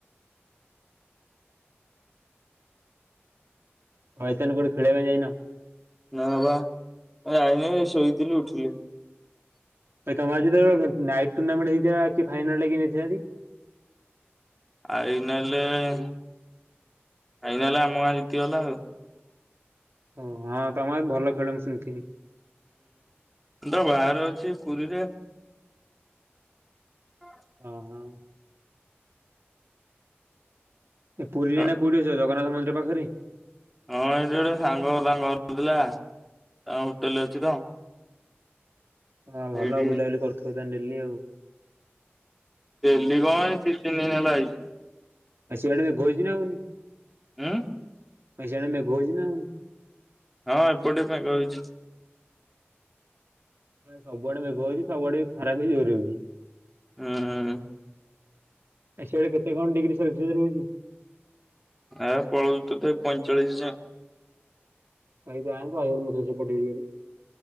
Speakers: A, on the right; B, in the centre.
A: ହଇତାନ କଉଠି ଖେଳିବା ପାଇଁ ଯାଇନ
B: ନା ବା ଜାଇନି ଶୋଇଥିଲି ଉଠିଲି।
A: ତମର ଆଜି ତ ନାଇଟ୍ ଟୁର୍ଣ୍ଣାମେଣ୍ଟ ହେଇଥିବା କି ଫାଇନାଲ ଟା କିଏ ନେଇଥିଲା ତି?
B: ପାଇନାଲେ ଫାଇନାଲ ଆମ ଗାଁ ଜିତିଗଲା ଆଉ।
A: ଓ ହଁ ତମ ଗାଁ ଭଲ ଖେଳନ୍ତି ଶୁଣିଥିନି।
B: ହୁଁ ତ ବାହାରେ ଅଛି ପୁରୀରେ। ହଁ
A: ଅ ହଁ। ଏ ପୁରୀରେ
B: ହଁ
A: ଏଇନା କୋଉଠି ଅଛ ଜଗନ୍ନାଥ ମନ୍ଦିର ପାଖରେ?
B: ହଁ ଏଇଠି ଗୋଟେ ସାଙ୍ଗ ତାଙ୍କ ଘର ଥିଲା ତାଙ୍କ ହୋଟେଲରେ ଅଛି ତ
A: ହଁ
B: ସେଇଠି
A: ଭଲ ଆଉ ବୁଲାବୁଲି କରୁଥିବ ତାହେଲେ ଡେଲି ଆଉ।
B: ଡେଲି କଣ ଏ ଦୁଇ ତିନିି ଦିନ ହେଲା ଅଇଚି।
A: ସିଆଡ଼େ ମେଘ ହେଇଚି ନା ହେଉନି?
B: ଉଁ?
A: ସିଆଡ଼େ ମେଘ ହେଇଚି ନା ହେଉନି?
B: ହଁ ଏପଟେ ମେଘ ହେଇଚି।
A: ସବୁଆଡେ ମେଘ ହଉଛି ସବୁଆଡେ ଖରା ବି ଜୋରେ ହଉଛି।
B: ଉଁ।
A: ଏ ସିଆଡେ କେତେ କଣ ଡିଗ୍ରୀ ସେଲସିୟସ୍ ରହୁଛି?
B: ଆଉ ପଳଉଛି ତଥାପି ପଇଁଚାଳିଶ ଯାଏ।
A: ଆଉ ଗାଁ କୁ ହଉ ନଥିବ ସେପଟ ଏରିଆରେ।